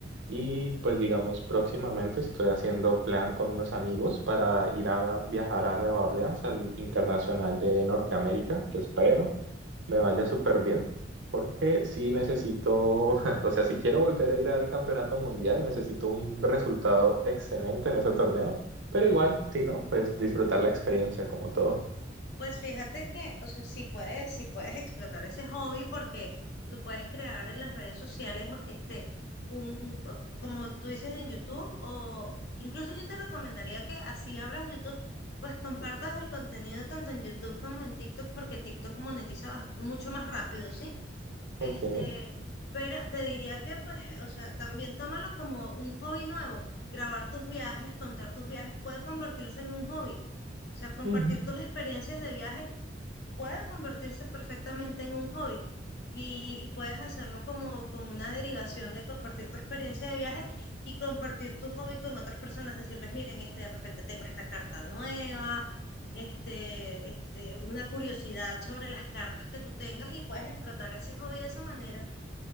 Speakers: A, on the right; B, on the left.
A: Y pues digamos, próximamente estoy haciendo plan con unos amigos para ir a viajar a Nueva Orleans, al Internacional de Norteamérica, que espero me vaya súper bien, porque sí necesito, <laughs> o sea, si quiero volver a ir al Campeonato Mundial, necesito un resultado excelente en ese torneo, pero igual, si no, pues disfrutar la experiencia como todo.
B: Pues fíjate que, o sea, sí puedes, sí puedes explotar ese hobby porque tú puedes crear en las redes sociales, este, un, un- o- como tú dices en YouTube, o incluso yo te recomendaría que así abras YouTube, pues compartas el contenido tanto en YouTube como en TikTok, porque TikTok monetiza bas- mucho más rápido, ¿sí?
A: Ok.
B: Este, pero te diría que, pues, o sea, también tómalo como un hobby nuevo. Grabar tus viajes, contar tus viajes puede convertirse en un hobby. O sea, compartir
A: Ujú.
B: tus experiencias de viaje puede convertirse perfectamente en un hobby y, y puedes hacerlo como con una derivación de compartir tu experiencia de viaje y compartir tu hobby con otras personas, decirles, miren, este, de repente tengo esta carta nueva, este, este, una curiosidad sobre las cartas que tú tengas y puedes explotar ese hobby de esa manera.